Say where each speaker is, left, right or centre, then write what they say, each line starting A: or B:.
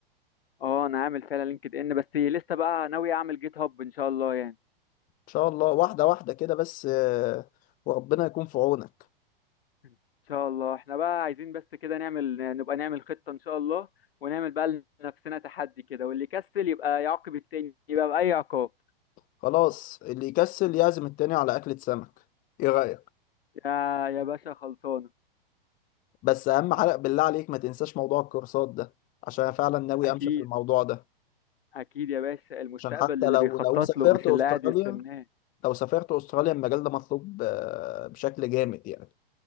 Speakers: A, on the left (about 75°); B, on the left (about 30°).
A: اه انا عامل فعلا لينكد ان بس لسه بقى ناوي اعمل جيت هاب ان شاء الله يعني
B: ان شاء الله واحده واحده كده بس آه، وربنا يكون في عونك
A: ان شاء الله احنا بقى عايزين بس كده نعمل نبقى نعمل خطة ان شاء الله ونعمل بقى لنفسنا تحدي كده واللي يكسل يبقى يعاقب التاني يبقى بأي عقاب
B: خلاص اللي يكسل يعزم التاني على اكلة سمك ايه رايك
A: يا يا باشا خلصانة
B: بس اهم حاجه بالله عليك ما تنساش موضوع الكورسات ده عشان أنا فعلا ناوي
A: اكيد
B: امشي في الموضوع ده
A: اكيد يا باشا المستقبل
B: عشان حتى
A: اللي
B: لو
A: بيخطط
B: لو سافرت
A: له مش
B: استراليا
A: اللي قاعد يستناه
B: لو سافرت استراليا المجال ده مطلوب آه، بشكل جامد يعني